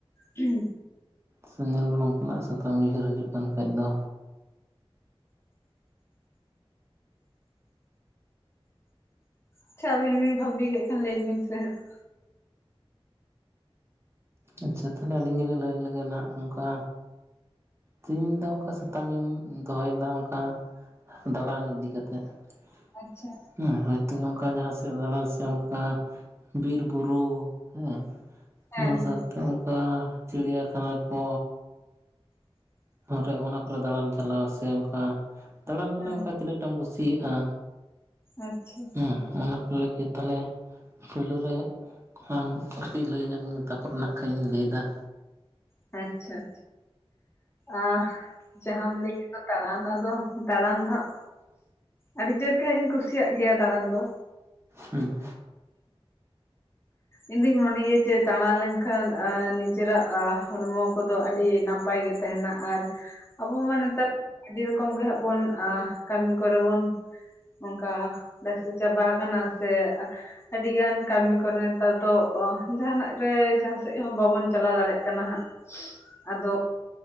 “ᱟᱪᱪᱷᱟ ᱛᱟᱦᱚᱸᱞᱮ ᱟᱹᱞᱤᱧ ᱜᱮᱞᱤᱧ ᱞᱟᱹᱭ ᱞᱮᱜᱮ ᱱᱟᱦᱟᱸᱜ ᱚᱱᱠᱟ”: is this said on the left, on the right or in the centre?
Right